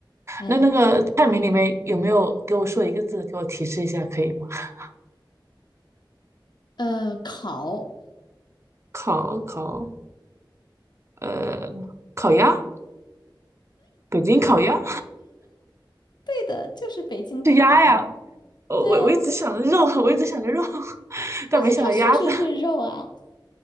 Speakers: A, on the left; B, on the right.
A: 哎，
B: 那那个菜名里面有没有给我说一个字给我提示一下，可以吗？<laughs>
A: 呃，烤，
B: 烤烤，呃，烤鸭，北京烤鸭
A: 对的，就是北京烤鸭。
B: <laughs> 是鸭呀，我我我一直想着肉，
A: 对呀，
B: <laughs> 我一直想着肉，<laughs> 但没想到鸭子。
A: 但是它确实是肉啊。